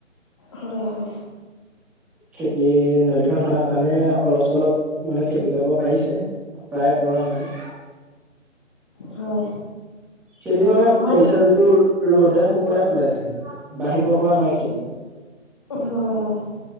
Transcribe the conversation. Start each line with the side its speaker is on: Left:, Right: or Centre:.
Left: হয় হয়।
Centre: খেতি নদীখন থকাৰ কাৰণে অলপ -চলপ মানে খেতি কৰিব পাৰিছে। প্ৰায়ে পৰা নাইতো।
Left: হয়।
Centre: খেতি মানে
Left: আমাৰ
Centre: পইচা যিটো ৰ'দে শুকুৱাই পেলাইছিল, বাঢ়িব পৰা নাই খেতি।
Left: হয় হয়।